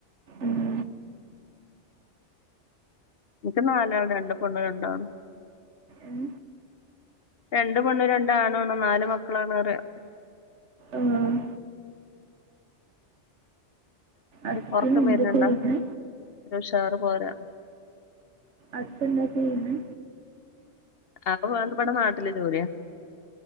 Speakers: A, on the right; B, on the left.
A: ഉം.
B: എനിക്ക് നാലാള് രണ്ട് പെണ്ണും രണ്ടാണും
A: ഉം.
B: രണ്ട് പെണ്ണും രണ്ടാണും നാലു മക്കളാണ് റയ
A: ഉം. അച്ഛൻ
B: ഒറക്കം
A: എന്ത്
B: വരണുണ്ടാ
A: ചെയ്യുന്നു
B: ഒരുഷാറ് പോരാ <unintelligible>
A: അച്ഛെന്താ ചെയ്യുന്നെ
B: ആ വേണ്ടപ്പെട്ട നാട്ടിലെ ജോലിയാ